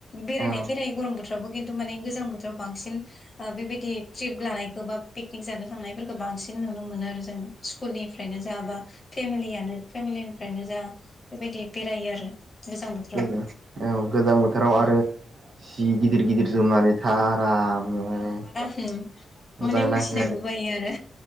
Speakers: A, on the left (about 20°); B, on the right (about 45°).
A: बेरायनाया
B: औ
A: बेरायनायो गरम बोथोरावबो खिन्थु माने गोजां बोथोराव बांसिन बेबायदि ट्रिप लानायखौ बा पिकनिक जानो थांनायफोरखौ बांसिन नुनो मोनो आरो जोङो। स्कुल निफ्रायनो जा बा फेमिलियानो फेमिलि निफ्रायनो जा बेबायदि बेरायो आरो गोजां बोथोराव
B: गोजा औ गोजां बोथोराव
A: औ
B: आरो सि गिदिर गिदिर जोमनानै था आराम। माने
A: औ आराम
B: मोजां
A: माने
B: नाङो
A: उथिनोबो बायो आरो